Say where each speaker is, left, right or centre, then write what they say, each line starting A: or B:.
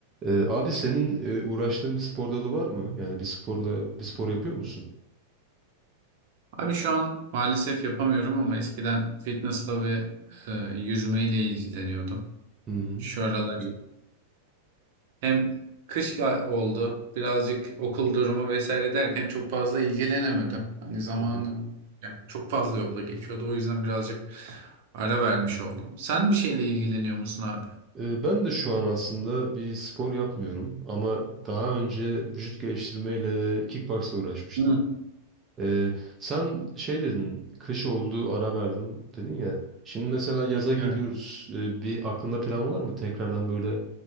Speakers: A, on the right; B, on the right.
A: Ee, abi senin e, uğraştığın bir spor dalı var mı? Yani bir sporla bir spor yapıyor musun?
B: Abi şu an maalesef yapamıyorum ama eskiden fitnessla ve e, yüzmeyle ilgileniyordum.
A: Hı hı.
B: Şu aralar
A: Çok iyi.
B: hem kış ya- oldu, birazcık okul durumu vesaire derken çok fazla ilgilenemedim. Hani zamanım
A: Hı hı.
B: yani çok fazla yolda geçiyordu. O yüzden birazcık ara vermiş oldum. Sen bir şeyle ilgileniyor musun abi?
A: Ee, ben de şu an aslında bir spor yapmıyorum ama daha önce vücut geliştirmeyle ve kickboxla uğraşmıştım.
B: Hı,
A: Ee, sen şey dedin, kış oldu ara verdim dedin ya. Şimdi mesela yaza geliyoruz.
B: evet.
A: Ee, bir aklında plan var mı? Tekrardan böyle